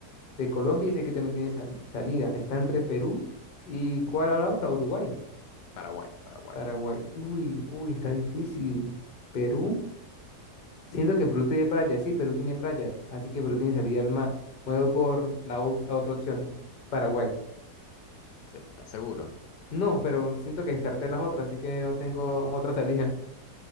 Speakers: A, on the left; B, on the left.
A: de Colombia y sé que también tiene sal- salida. Está entre Perú y ¿cuál era la otra? Uruguay,
B: Paraguay, Paraguay.
A: Paraguay. Uy, uy, está difícil. Perú, siento que Perú tiene playas, sí, Perú tiene playas, así que Perú tiene salida al mar. Me voy por la, o- la otra opción, Paraguay.
B: Sí, ¿estás seguro?
A: No, pero siento que descarté las otras, así que no tengo otra salida.